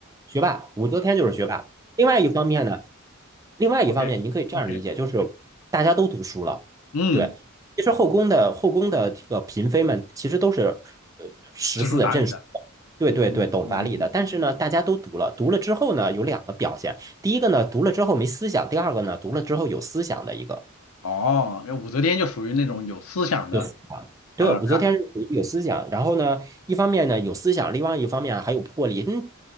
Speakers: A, on the right; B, on the left.
A: 学霸，武则天就是学霸。另外一方面呢，另外一方面，
B: ，OK
A: 您可以这样理解，
B: OK，
A: 就是大家都读书了，
B: 嗯，
A: 对。其实后宫的后宫的这个嫔妃们，其实都是呃识字认书的对对对，
B: 知书达理的，嗯嗯嗯嗯，
A: 懂法理的。但是呢，大家都读了，读了之后呢，有两个表现：第一个呢，读了之后没思想；第二个呢，读了之后有思想的一个。
B: 哦，那武则天就属于那种有思想的
A: 有思想。对，
B: 啊，
A: 武则天是属于有思想，
B: 然。
A: 然后呢，一方面呢有思想，另外一方面啊还有魄力。嗯，